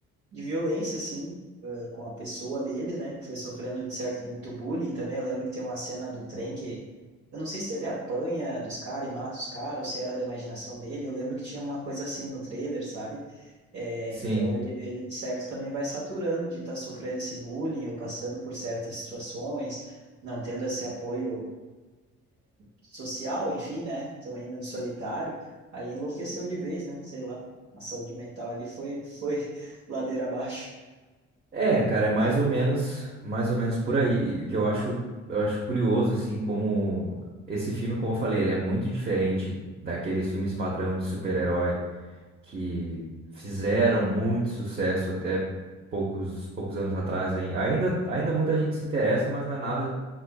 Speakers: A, on the right; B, on the right.
A: de violência, assim, eh, com a pessoa dele, né, que foi sofrendo, de certo, muito bullying também. Eu lembro que tem uma cena do trem que, eu não sei se ele apanha dos caras e mata os caras, ou se era da imaginação dele. Eu lembro que tinha uma coisa assim no trailer, sabe? Eh,
B: Sim.
A: então ele, ele, de certo, também vai saturando de estar sofrendo esse bullying ou passando por certas situações, não tendo esse apoio social, enfim, né, também muito solitário. Aí enlouqueceu de vez, né, sei lá. A saúde mental ali foi, foi <laughs> ladeira abaixo.
B: É, cara, é mais ou menos, mais ou menos por aí. E O que eu acho, eu acho curioso, assim, como esse filme, como eu falei, ele é muito diferente daqueles filmes padrão de super-herói que fizeram muito sucesso até poucos, poucos anos atrás. hein? Ainda, ainda muita gente se interessa, mas não é nada